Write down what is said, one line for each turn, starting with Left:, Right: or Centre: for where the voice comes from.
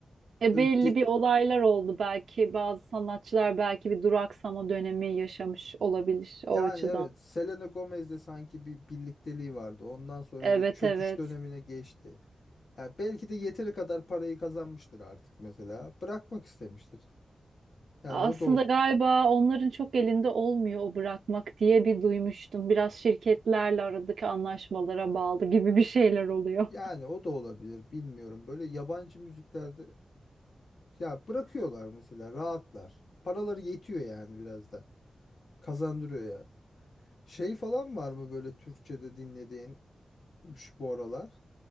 Right: E,
Left: Böyle
Right: belli
Left: ge-
Right: bir olaylar oldu belki bazı sanatçılar belki bir duraksama dönemi yaşamış olabilir o
Left: Yani
Right: açıdan.
Left: evet Selena Gomez'le sanki bir birlikteliği vardı. Ondan sonra
Right: Evet
Left: bir çöküş
Right: evet.
Left: dönemine geçti. Ya belki de yeteri kadar parayı kazanmıştır artık mesela. Bırakmak istemiştir. Yani
Right: Aslında
Left: o da ol
Right: galiba onların çok elinde olmuyor o bırakmak diye bir duymuştum. Biraz şirketlerle aradaki anlaşmalara bağlı gibi bir şeyler oluyor.
Left: yani o da olabilir bilmiyorum. Böyle yabancı müziklerde ya bırakıyorlar mesela rahatlar. Paraları yetiyor yani biraz da. Kazandırıyor yani. Şey falan var mı böyle Türkçe'de dinlediğin
Right: <laughs>
Left: şu bu aralar?